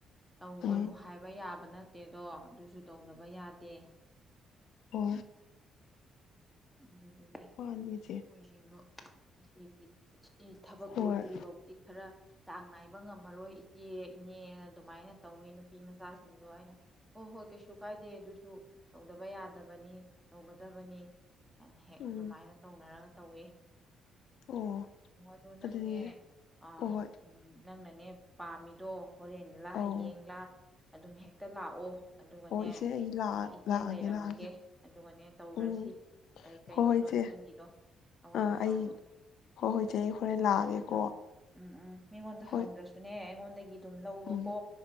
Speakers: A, in the centre; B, on the left (about 75°).
A: ꯇꯧꯒꯅꯨ
B: ꯑꯥ
A: ꯍꯥꯏꯕ ꯌꯥꯕ ꯅꯠꯇꯦꯗꯣ ꯑꯗꯨꯁꯨ ꯇꯧꯗꯕ ꯌꯥꯗꯦ
B: ꯍ
A: ꯑꯗꯨꯗꯒꯤ
B: ꯋꯥꯅꯤꯁꯦ
A: ꯃꯣꯏꯁꯤꯡꯗꯣ ꯑꯁꯤꯗꯤ ꯁꯤ ꯊꯕꯛ
B: ꯍꯣꯏ
A: ꯂꯣꯏꯗ꯭ꯔꯤꯐꯥꯎꯗꯤ ꯈꯔ ꯆꯥꯡ ꯅꯥꯏꯕ ꯉꯝꯃꯔꯣꯏ ꯏꯆꯦ ꯏꯅꯦꯅ ꯑꯗꯨꯃꯥꯏꯅ ꯇꯧꯋꯤ ꯅꯨꯄꯤ ꯃꯆꯥꯁꯤꯡꯗꯣ ꯑꯩꯅ ꯍꯣꯏ ꯍꯣꯏ ꯀꯩꯁꯨ ꯀꯥꯏꯗꯦ ꯑꯗꯨꯁꯨ ꯇꯧꯗꯕ ꯌꯥꯗꯕꯅꯤ ꯇꯧꯒꯗꯕꯅꯤ ꯍꯥꯏꯅ ꯍꯦꯛ
B: ꯎꯝ
A: ꯑꯗꯨꯃꯥꯏꯅ ꯇꯧꯅꯔꯒ ꯇꯧꯋꯦ
B: ꯑꯣ
A: ꯑꯣ ꯑꯗꯨ ꯅꯪꯅꯦ
B: ꯑꯗꯨꯅꯦ
A: ꯑ
B: ꯍꯣꯏ ꯍꯣꯏ
A: ꯀꯩꯅꯣꯅꯦ ꯅꯪꯅꯅꯦ ꯄꯥꯝꯃꯤꯗꯣ ꯍꯣꯔꯦꯟꯡꯂꯥ
B: ꯑꯧ
A: ꯍꯌꯦꯡꯂꯡꯂꯥ ꯑꯗꯨꯝ ꯍꯦꯛꯇ ꯂꯥꯛꯑꯣ ꯑꯗꯨꯒꯅꯦ
B: ꯑꯣ ꯏꯆꯦ ꯑꯩ ꯂꯥꯛꯑ
A: ꯏꯆꯦ
B: ꯂꯥꯛꯑꯒꯦ
A: ꯂꯩꯔꯝꯃꯒꯦ
B: ꯂꯥꯛꯑꯒꯦ
A: ꯑꯗꯨꯒꯅꯦ ꯇꯧꯔꯁꯤ
B: ꯎꯝ
A: ꯀꯩ ꯀꯩꯅꯣꯗꯣ
B: ꯍꯣꯏ ꯍꯣꯏ ꯏꯆꯦ
A: ꯅꯪꯒꯤꯗꯣ ꯑꯋꯥꯠ
B: ꯑꯥ
A: ꯑꯄꯥꯗꯣ
B: ꯑꯩ ꯍꯣꯏ ꯍꯣꯏ ꯏꯆꯦ ꯑꯩ ꯍꯣꯔꯦꯟ ꯂꯥꯛꯑꯒꯦꯀꯣ
A: ꯑꯗꯣ ꯎꯝ ꯎꯝ ꯃꯤꯉꯣꯟꯗ
B: ꯍꯣꯏ
A: ꯍꯪꯗ꯭ꯔꯁꯨꯅꯦ ꯅꯦ ꯑꯩꯉꯣꯟꯗꯒꯤ ꯑꯗꯨꯝ ꯂꯧꯔꯣꯀꯣ
B: ꯎꯝ